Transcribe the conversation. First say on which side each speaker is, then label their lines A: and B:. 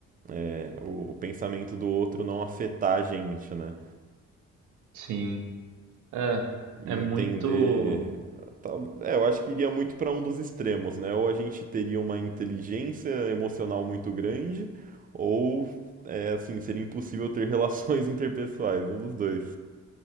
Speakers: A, on the right; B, on the right.
A: é, o, o pensamento do outro não afetar a gente, né?
B: Sim. É,
A: entender.
B: é muito.
A: tal- É, eu acho que iria muito para um dos extremos, né? Ou a gente teria uma inteligência emocional muito grande, ou é assim, seria impossível ter relações <laughs> interpessoais, um dos dois.